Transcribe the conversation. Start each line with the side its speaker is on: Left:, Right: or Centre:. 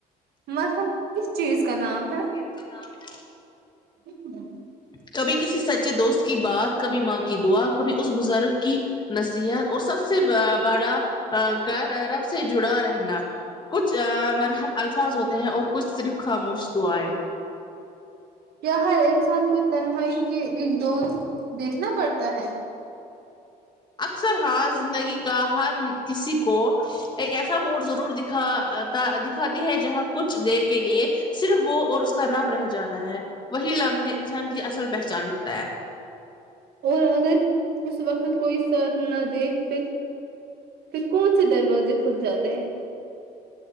Right: مرہم کس چیز کا نام ہے
Left: کی نام ہے
Right: ہوں
Left: کبھی کسی سچے دوست کی بات کبھی ماں کی دعا کبھی اس بزرگ کی نصیحت اور سب سے بڑا گر رب سے جڑا رہنا کچھ مرحم الفاظ ہوتے ہیں اور کچھ صرف خاموش دعائیں
Right: کیا ہر انسان کو تنہائی کے ایک دور دیکھنا پڑتا ہے
Left: اکثر ہاں زندگی کا ہر کسی کو ایک ایسا موڈ ضرور دکھا دکھاتی ہے جہاں کچھ دیر کے لیے صرف وہ اور اس کا رب رہ جاتا ہے وہی لمحے انسان کی اصل پہچانکتا ہے
Right: اور اگر اس وقت کوئی ساتھ نہ دے پھر پھر کون ک دروازے کھل جاتے ہیں